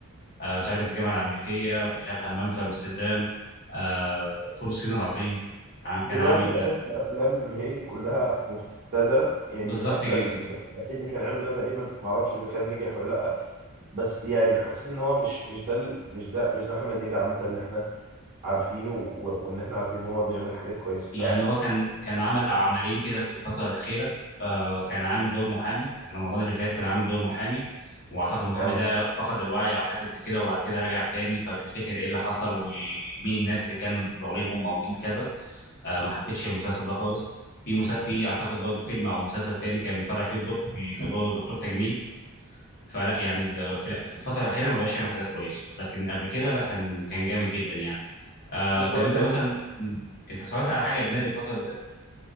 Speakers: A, on the left (about 45°); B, on the right (about 40°).
A: آه صعيدي في الجامعة الأمريكية مش عارف همام في أمستردام آه فول الصين العظيم عم- كان
B: دلوقتي
A: عامل
B: بحس افلام هنيدي كلها مبتذله يعني
A: بالظبط
B: حتى
A: جدا
B: المسلسل الاخير اللي كان عامله ده تقريبا ما اعرفش اذا كان نجح ولا لا بس يعني حسيت ان هو مش مش ده ال- مش ده مش ده محمد هنيدي عامه اللي احنا عارفينه و- وان احنا عارفين ان هو بيعمل حاجات كويسه
A: يعني
B: ف
A: هو كان كان عمل عملين كده في الفترة الأخيرة آه كان عامل دور محامي في رمضان اللي فات كان عامل دور محامي وأعتقد المحامي
B: اه
A: ده فقد الوعي أو حاجة زي كده وبعد كده رجع تاني فبيفتكر إيه اللي حصل ومين الناس اللي كان ظالمهم أو مين كذا آه ما حبيتش المسلسل ده خالص في مسا... في أعتقد برضه فيلم أو مسلسل تاني كان طالع فيه دو... في في دور دكتور تجميل فلا يعني ال- في في الفترة الأخيرة ما بقاش يعمل حاجات كويسة لكن قبل كده لا كان كان جامد جدا يعني آه
B: بالظبط
A: طب أنت
B: يعني.
A: مثلا أنت اتفرجت على حاجة أجنبي الفترة اللي فاتت